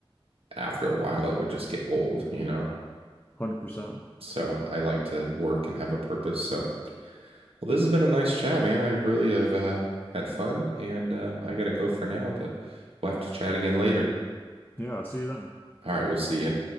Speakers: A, on the right; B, on the left.
A: after a while it would just get old, you know?
B: 100%.
A: So I like to work and have a purpose. So, well, this has been a nice chat, man. I really have uh, had fun, and um, I gotta go for now, but we'll have to chat again later.
B: Yeah, see you then.
A: All right, we'll see you.